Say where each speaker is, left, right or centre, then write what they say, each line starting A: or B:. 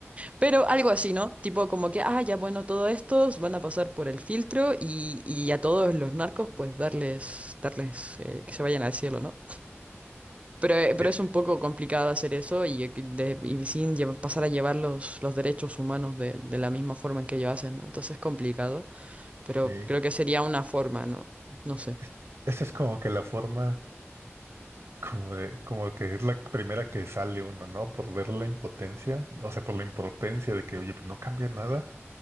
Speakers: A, on the right; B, on the right.
A: pero algo así, ¿no? Tipo como que, ah, ya bueno, todos estos van a pasar por el filtro y, y a todos los narcos pues darles, darles eh, que se vayan al cielo, ¿no? Pero, eh, pero
B: Eh,
A: es un poco complicado hacer eso y, eh, que de- y sin lleva- pasar a llevar los, los derechos humanos de, de la misma forma en que ellos hacen, ¿no? Entonces es complicado, pero
B: sí.
A: creo que sería una forma, ¿no? No sé.
B: Es- Esa es como que la forma, como de, como que es la primera que sale uno, ¿no? Por ver la impotencia, o sea, por la impotencia de que, oye, pues no cambia nada,